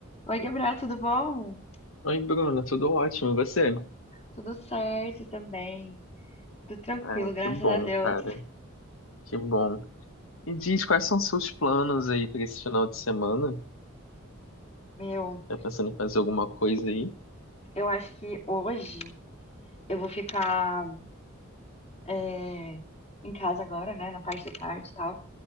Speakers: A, on the left; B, on the left.
A: Oi, Gabriel, tudo bom?
B: Oi, Bruna, tudo ótimo, e você?
A: Tudo certo também. Tudo tranquilo,
B: Ah,
A: graças
B: que bom,
A: a Deus.
B: cara, que bom. E diz, quais são seus planos aí para esse final de semana?
A: Meu,
B: Tá pensando em fazer alguma coisa aí?
A: eu acho que hoje eu vou ficar é, em casa agora, né? Na parte da tarde e tal.